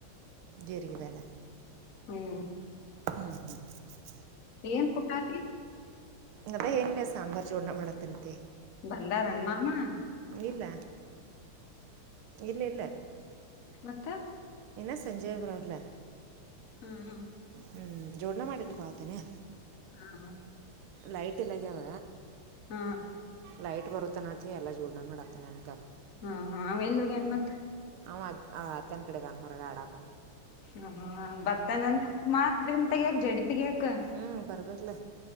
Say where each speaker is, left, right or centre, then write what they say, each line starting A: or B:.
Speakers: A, on the right (about 80°); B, on the left (about 55°).
A: ಜೀರಿಗೆ ಬೆಲ್ಲ
B: ಹ್ಮ್
A: ಹ್ಮ ಹ್ಮ
B: ಏನ್ ಕುಟತಿ
A: ಅದೇ ಲ್ಲ ಸಾಂಬಾರ್ ಚೂಡಣ ವಳತ್ತನತ್ತ
B: ಬಂದಾರನ್ ಮಾಮಾ
A: ಇಲ್ಲ <inaudible> ಇಲ್ಲ ಇಲ್ಲ
B: ಮತ್ತೆ.
A: ಏನಾ ಸಂಂಜಯ್ರರಲ್ಲ
B: ಹಾ ಹು
A: ಹ್ಮ್ ಜೋಡಣ ಮಾಡಿಟ್ಕೋತನಯ..
B: ಹಾ
A: ಲೈಟ್ ಇ ಲಗಾವ
B: ಹಾ
A: ಲೈಟ್ ಬರತ್ತನಥ ಎಲ್ಲಾ ಚೂರ್ಣ ಮಾಡತ್ತನ ಅನ್ಕಅದಕ
B: ಹಾ ಹಾ ಅವೆಲ್ಲಗ ಏನ್ ಮತ್
A: ಆವ ಅತ್ತನ್ ಕಡೆದಾನ ಹೊರಗ ಆಡಾತ
B: ಹ ಬರ್ತನಂದ ಮಾತ್ರಿ ತಗ್ಯಾಕ್ ಜಡಿತಿಗ್ಯಾಕ
A: ಹ್ಮ್ ಬರ್ಬೇಕಲ.